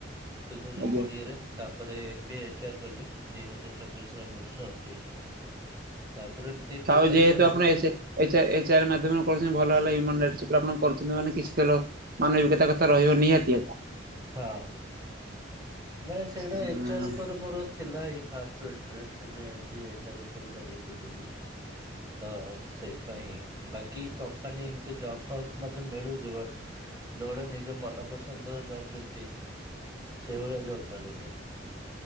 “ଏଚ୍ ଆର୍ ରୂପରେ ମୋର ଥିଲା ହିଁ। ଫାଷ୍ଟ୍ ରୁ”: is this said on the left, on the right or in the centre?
Right